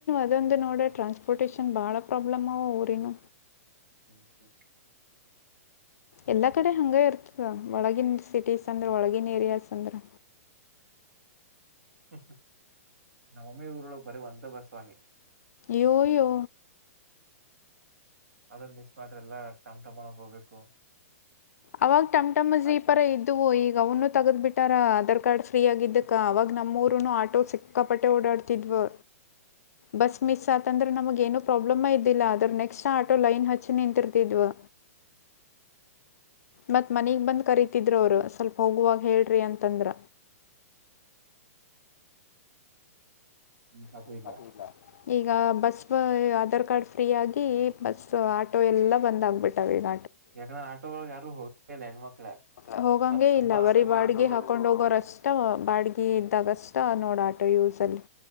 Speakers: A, on the left; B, on the right.
A: ಇದೊಂದು ನೋಡ್ರ ಟ್ರಾನ್ಸ್ಪೋರ್ಟೇಶನ್ ಬಹಳ್ ಪ್ರಾಬ್ಲಮ್ ಅವ್ ಊರಿನ್
B: ಹ್ಮ್ ಹ್ಮ್
A: ಎಲ್ಲಾ ಕಡೆ ಹಂಗ್ ಇರ್ತದ್ ಒಳಗಿನ್ ಸಿಟೀಸ್ ಅಂದ್ರೆ ಒಳಗಿನ್ ಏರಿಯಾಸ್ ಅಂದ್ರೆ.
B: ಹ ನಮಮಿ ಊರ್ಲ ಬರಿ ವಂದೆ ಬಾಸವಾಣಿ
A: ಯ ಯೋ
B: ಅದ್ ಮಿಸ್ ಮಾಡ್ರೆ ಎಲ್ಲ ಟಮ್ ಟಮಲ್ ಹೋಗಬೇಕು.
A: ಅವಾಗ್ ಟಮ್ಟಮ್ಮ ಜೀಪರ ಇದವು ಈಗ ಅವನು ತಗದ್ ಬಿಟ್ಟಾರ ಅದರ್ ಕಾರ್ಡ್ ಫ್ರೀ ಆಗಿದ್ದಕ್ಕ ಅವಾಗ್ ನಮ್ಮೂರನು ಆಟೋ ಸಿಕ್ಕಾಪಟ್ಟೆ ಓಡಾಡ್ತಿದ್ವ. ಬಸ್ ಮಿಸ್ ಆತಂದ್ರೆ ನಮಗೆ ಏನು ಪ್ರಾಬ್ಲಮ್ ಇದಿಲ್ಲ ಆದ್ರ ನೆಕ್ಸ್ಟ್ ಆಟ ಲೈನ್. ನ್ ಹಚ್ಚಿ ನಿಂತಿರ್ತಿದ್ವಾ. ಮತ್ತ್ ಮನಗ್ ಬಂದ್ ಕರತಿದ್ರ ಅವರು ಸ್ವಲ್ಪ ಹೋಗುವಾಗ ಹೇಳ್ರಿ ಅಂತಂದ್ರ
B: ಈಗ ಅದು
A: <inaudible>
B: ಇಲ್ಲ
A: ಈಗ ಬಸ್ ಆಧಾರ್ ಕಾರ್ಡ್ ಫ್ರೀ ಆಗ್ ಬಸ್ ಆಟೋ ಎಲ್ಲ ಬಂದ್ ಆಗ್ಬಿಟ್ಟಾವ ಈಗ
B: ಯಾಕಂದ್ರೆ ಆಟೋಗಳು ಯಾರು ಹೋಗಲ್ಲ ಹೆಣ್ಮಕ್ಳ
A: ಆ ಹೋಗಂಗಗೆ
B: ಮತ್ ಸುಮ್ಮ
A: ಇಲ್ಲ
B: ಆಟೋದವರಿಗೂ
A: ಬರೀ ಬಾಡಿಗೆ ಹಾಕೊಂಡ್ ಹೋಗೋರಷ್ಟ್ ಅಷ್ಟ್ ಬಾಡಗ್ ಇದ್ದಾಗ ಅಷ್ಟ ನೋಡ ಆಟೋ ಯೂಸ್ ಅಲ್ಲಿ.